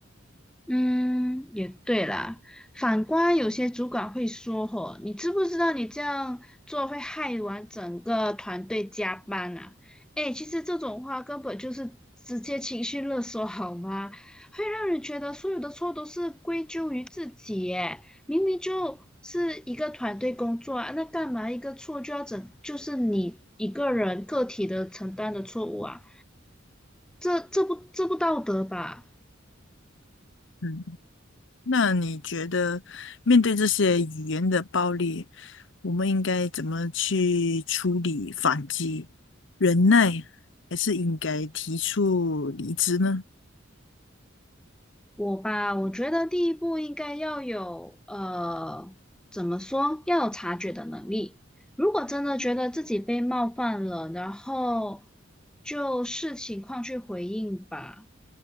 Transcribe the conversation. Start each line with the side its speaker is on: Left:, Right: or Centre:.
Centre: 嗯，也对啦。反观有些主管会说：“吼，你知不知道你这样做会害完整个团队加班啊？”哎，其实这种话根本就是直接情绪勒索，好吗？会让人觉得所有的错都是归咎于自己，耶，明明就是一个团队工作啊，那干嘛一个错就要整，就是你一个人个体的承担的错误啊？这这不这不道德吧？
Left: 嗯，那你觉得面对这些语言的暴力，我们应该怎么去处理、反击、忍耐，还是应该提出离职呢？
Centre: 我吧，我觉得第一步应该要有呃，怎么说，要有察觉的能力。如果真的觉得自己被冒犯了，然后就视情况去回应吧。